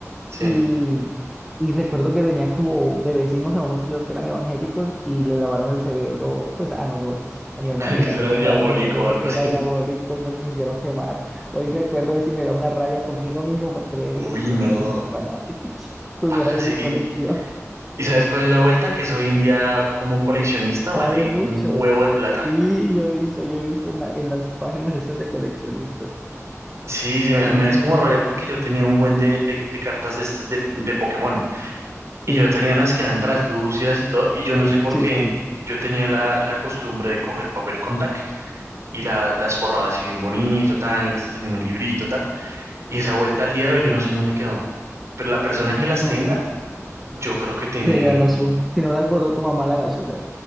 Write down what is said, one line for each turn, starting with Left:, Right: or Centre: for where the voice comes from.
Right: Sí,
Centre: Y, y recuerdo que tenía como de vecinos a unos tíos que eran evangélicos y le lavaron el cerebro, pues a nosotros, a mi hermano
Right: <laughs> que
Centre: y a
Right: será
Centre: mí nos
Right: diabólico
Centre: lavaron el cerebro
Right: o algo
Centre: que
Right: así.
Centre: era diabólico y nos lo hicieron quemar. Hoy recuerdo eso y me da una rabia conmigo mismo por creerles
Right: Uy,
Centre: y con
Right: no.
Centre: ellos por fanáticos. <laughs> Tuviera
Right: Parce,
Centre: yo mi
Right: ¿y,
Centre: colección.
Right: y sabes cuál es la vuelta? Que es hoy en día como coleccionista
Centre: Vale
Right: vale
Centre: mucho.
Right: un huevo de plata.
Centre: Sí, yo he visto, yo he visto en, la- en las páginas esas de coleccionistas.
Right: Sí, sí, me,
Centre: No,
Right: me es como rabia porque yo tenía un buen de, de, de cartas de estas de, de Pokémon.
Centre: sí,
Right: Y yo tenía las que eran translúcidas y todo, y yo no sé por
Centre: sí,
Right: qué.
Centre: sí.
Right: Yo tenía la, la costumbre de coger papel con tac y la, las forraba así bien bonito, tan, yo las tenía en un librito, tal. Y esa vuelta al día de hoy yo no sé en dónde quedó. Pero la persona que
Centre: No,
Right: las tenga, yo creo que tiene...
Centre: se ganó su. Si no las botó tu mamá a la basura.